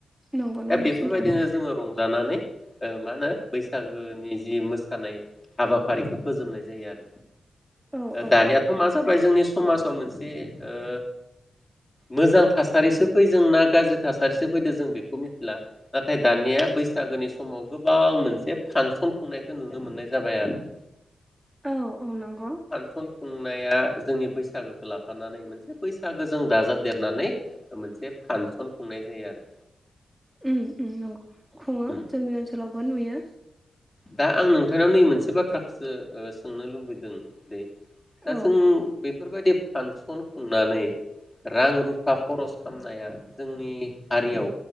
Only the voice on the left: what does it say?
दा बेफोरबायदिनो
जोंङो रंजानानै ओ मा होनो बैसागोनि जि मोसानाय हाबाफारिखौ फजोबनाय जायो आरो
दानियाथ मा जाबाय जोंनि समाजाव मोनसे ओ मोजां थासारिसो फै जों ना गाज्रि थासारिसो फैदो जों बेखौ मिथिला नाथाय दानिया बैसागोनि समाव गोबां मोनसे फांसन खुंनायखौ नुनो मोननाय जाबाय आरो
फन खुंनाया जोंनि बैसागो लाफानानै मोनसे बैसाग फागो जों दाजाबदेरनानै मोनसे फांसन खुंनाय जायो आरो
उम
दा आं नोंथांनाव नै मोनसे बाथ्राखौसो ओ सोंनो लुबैदों दे दा
जों बेफोरबायदि फानसन खुंनानै रां रुफा खरस खालामनाया जोंनि हारियाव